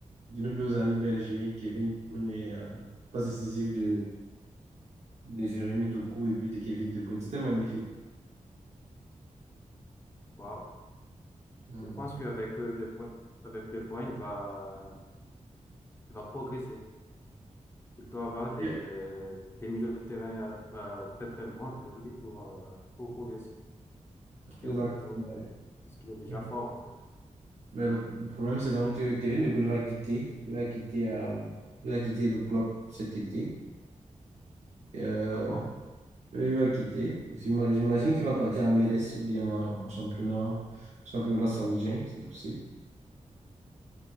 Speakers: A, on the right (about 60°); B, on the left (about 20°).
A: de nos deux amis belges, oui, Kevin De Bruyne et euh, passe décisive de, de Jérémy Doku et but de Kevin De Bruyne. C'était magnifique.
B: Waouh.
A: Mm.
B: Je pense qu'avec euh, De Bruyne, avec De Bruyne, il va, il va progresser. Il doit avoir des,
A: Bien.
B: des milieux de terrain euh, euh, très très bons avec lui pour, euh, pour progresser
A: Exact.
B: au football.
A: Ouais.
B: Parce qu'il est déjà
A: Mm.
B: fort en fait.
A: Mais le le problème, c'est donc que Kevin De Bruyne va quitter. Il va quitter, euh, il va quitter le club cet été. Euh,
B: Ah bon?
A: euh, il va quitter. J'ima- J'imagine qu'il va partir à MLS ou bien en championnat, championnat saoudien, c'est possible.